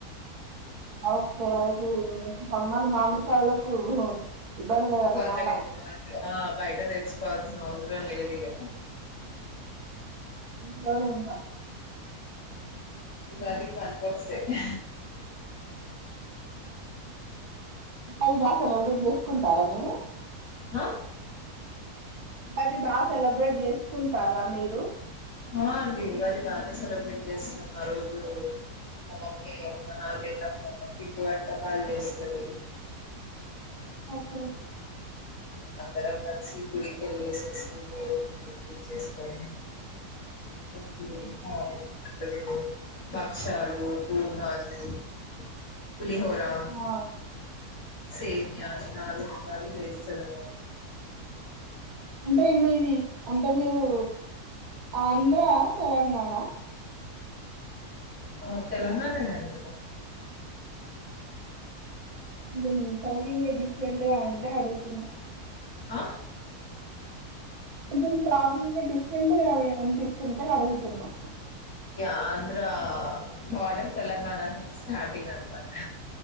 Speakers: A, on the right; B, on the left.
A: ఓకే అది స మ్మర్ మామిడికాయలకు ఇబ్బంది లేదన్నమాట
B: కుదరలేదు మాకు. ఆ బయట తెచ్చుకోవాల్సిన అవసరం లేదిగా
A: దోనంద
B: ఆ గది పనికొస్తాయి
A: అది భాసలు ఎవడో చేసుకుంటారా మీరు
B: ఆ
A: అది బాగా సెలబ్రేట్ చేసుకుంటారా మీరు
B: ఆ అండి అది బానే సెలబ్రేట్ చేస్తాం ఆ రోజు మమ్మీ ఒక నాలుగే కంట పిండి వంటకాలు చేస్తుంది
A: ఓకే
B: అందరం కలిసి గుడికి వెళ్ళేసోస్తే దేవుని గుర్తు చేసుకొని ఓ <unintelligible> బా క్షలు పూర్ణలు అ పులిహోరా
A: ఆ
B: సేమియా ఈ నాలుగు రకాలు చేస్ తరు
A: అంటే మీది అంటే మీరు ఆంధ్ర తెలంగాణ
B: ఆ తెలంగాణ నే అండి నాద్
A: అదే నే టాకింగ్ డిఫరెంట్ గా ఉంటే అడుగుతున్నా
B: ఆ
A: అంటే మీ టాకింగ్ డిఫరెంట్గా అ అనిపిస్తుంటే అడుగుతున్నా
B: ఆంధ్రా బార్డర్ తెలంగాణ స్టార్టింగ్ అన్ మాట